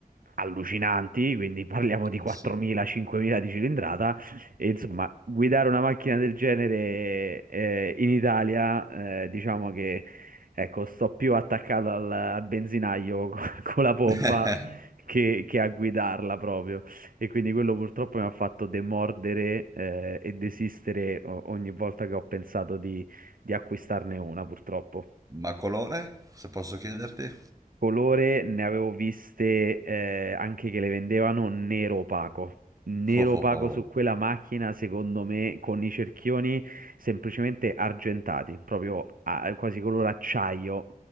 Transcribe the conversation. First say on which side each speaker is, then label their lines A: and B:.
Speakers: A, on the right; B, on the right.
A: allucinanti, quindi parliamo di
B: eh
A: 4.000-5.000
B: sì.
A: di cilindrata. E insomma, guidare una macchina del genere eh, in Italia, eh, diciamo che ecco, sto più attaccato al, al benzinaio <laughs> co- con la pompa
B: <laughs>
A: che, che a guidarla proprio. E quindi quello purtroppo mi ha fatto demordere eh, e desistere o- ogni volta che ho pensato di di acquistarne una, purtroppo.
B: Ma colore, se posso chiederti?
A: Colore ne avevo viste eh, anche che le vendevano nero opaco. Nero
B: Oh,
A: opaco
B: oh, oh,
A: su quella macchina, secondo me, con i cerchioni semplicemente argentati, proprio a- quasi color acciaio,